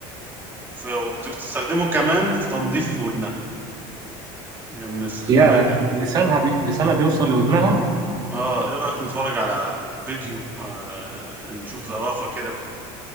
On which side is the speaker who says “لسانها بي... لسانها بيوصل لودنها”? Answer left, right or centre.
Right